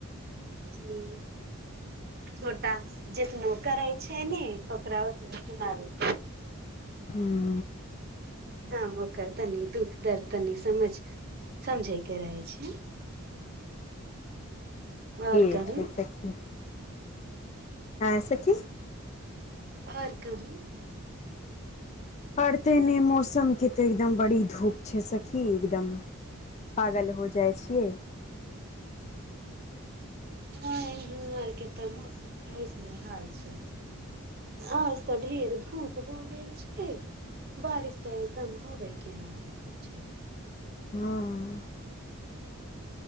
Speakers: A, on the right; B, on the left.
A: हुँ छोटा जितना करै छै ने ओकरा ओतना सुनाबे
B: हू
A: हम ओकर तनी दुःख दर्द तनी समझ समझे के रहै छै आओर
B: ठीक
A: कहू
B: छै सखी आय सखी
A: आओर कहू
B: पढ़ते नहि मौसमके तऽ एकदम बड़ी धूप छै सखी एकदम पागल हो जाइ छियै
A: ह ऐनहु आर के तऽ मौसम नहि हाल छै आज ता ढेर धूप हो गेल छै बारिश तऽ एकदम होबे के ना रहै छै
B: हँ